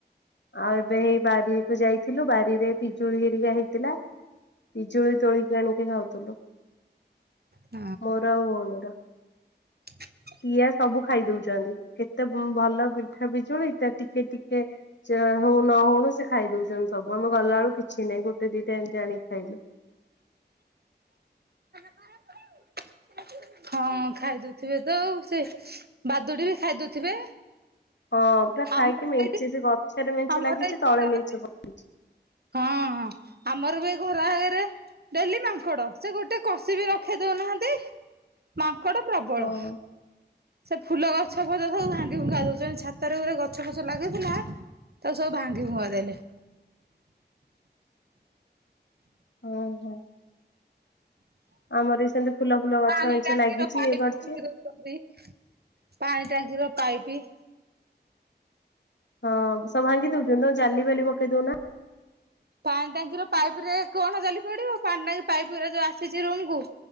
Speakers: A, on the left; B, on the right.
A: ଆଉ ଏବେ ହେଇ ବାରିକୁ ଯାଇଥିଲୁ ବାରିରେ ପିଜୁଳି ହେରିକା ହେଇଥିଲା। ପିଜୁଳି ତୋଳିିକ ଆଣିକି ଖାଉଥୁଲୁ।
B: ହ
A: ମୋର ଆଉ ଭଉଣୀର।
B: ହଁ
A: ଟିଆ ସବୁ ଖାଇ ଦଉଛନ୍ତି କେତେ ଭଲ ପିଠା ବିିଜୁଳି ତା ଟିକେ ଟିକେ ସେ ହଉ ନ ହଉଣୁ ସେ ଖାଇଦଉଛନ୍ତି ସବୁ ଆମେ ଗଲାବେଳୁ କିଛି ନାହିଁ ଗୋଟେ ଦିଟା ଏମିତି ଆଣିକି ଖାଇଲୁ।
B: <unintelligible> ହଁ ଖାଇଦଉଥିବେ ତ ଆଉ ସେ ବାଦୁଡି ବି ଖାଇଦଉଥିବେ?
A: ହଁ ପୁରା
B: ଆମର
A: ଖାଇକି
B: ତ
A: ମେଞ୍ଚେ
B: ଏଇଠି
A: ସେ ଗଛରେ ମେଞ୍ଚେ
B: ଆମର
A: ଲାଗିଛି
B: ଏଇ
A: ତଳେ ମେଞ୍ଚେ ପକେଇଛି।
B: ହଁ ହଁ ଆମର ବି ଘୁରା ହେଇକରି ଡେଲି ମାଙ୍କଡ ସେ ଗୋଟେ କଷି ବି ରଖେଇ ଦଉନାହାନ୍ତି ମାଙ୍କଡ ପ୍ରବଳ।
A: ହଁ।
B: ସେ ଫୁଲ ଗଛ ଫଛ ସବୁ ଭାଙ୍ଗି ଭୁଙ୍ଗା ଦଉଛନ୍ତି ଛାତରେ ଗୁରେ ଗଛ ଫଛ ଲାଗିଥିଲା ତାକୁ ସବୁ ଭାଙ୍ଗି ଭୁଙ୍ଗା ଦେଲେ।
A: ହୁଁ ହୁଁ <inaudible> ଆମର ବି ସେମତି ଫୁଲ ଫୁଲ ଗଛ
B: ପାଣି
A: ମେଞ୍ଚେ
B: ଟାଙ୍କିର
A: ଲାଗିଛି
B: ପାଇପ୍
A: ଇଏ କରଚି।
B: ପାଣି ଟାଙ୍କିର ପାଇପି
A: ହଁ ସବୁ ଭାଙ୍ଗି ଦଉଛନ୍ତି ତମେ ଜାଲି ଫାଲି ପକେଇ ଦଉନା।
B: ପାଣି ଟାଙ୍କିର ପାଇପ ରେ କଣ ଜାଲି ପଡିବ ପାଣି ଟାଙ୍କି ପାଇପ ଗୁରା ଜଉ ଆସିଛି ରୁମକୁ।